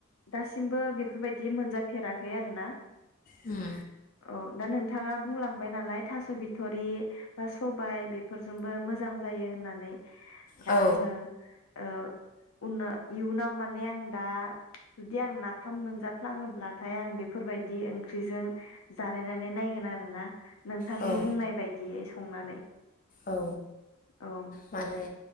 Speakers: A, on the left; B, on the left.
A: दासिमबो बेफोरबायदि मोनजाफेराखै आरो ना।
B: उम
A: औ दा नोंथाङा बुंलांबाय नालाय थास' बि थ'रि बा सबाय बेफोरजोंबो मोजां जायो होननानै। दा
B: औ
A: आङो ओ उना इयुनाव माने आं दा जुदि आं नाफाम मोनजाफ्लाङोब्लाथाय आं बेफोरबायदि ओंख्रिजों जानायनानै नायगोन आरो ना। नोंथांनि
B: औ
A: बुंनाय बायदियै‌। संनानै
B: औ।
A: औ
B: माने